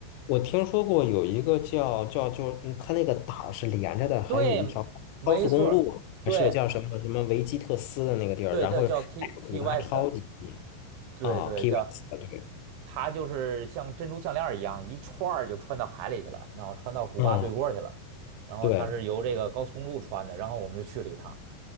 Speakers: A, on the left; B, on the right.
A: 我听说过有一个叫叫就，嗯它那个岛是连着的，还有一条高速公路，
B: 对，没错儿对
A: 还是叫什么什么维基特斯的那个地儿，
B: 对对，
A: 然后
B: 叫 Key Key
A: 古巴超级近。
B: West，对对叫。
A: 啊，Key West，对，
B: 它就是像珍珠项链儿一样，一串儿就穿到海里去了，然后穿到古巴对过儿去了。
A: 嗯，
B: 然后它是由这个高速公路穿的，
A: 对，
B: 然后我们就去了一趟。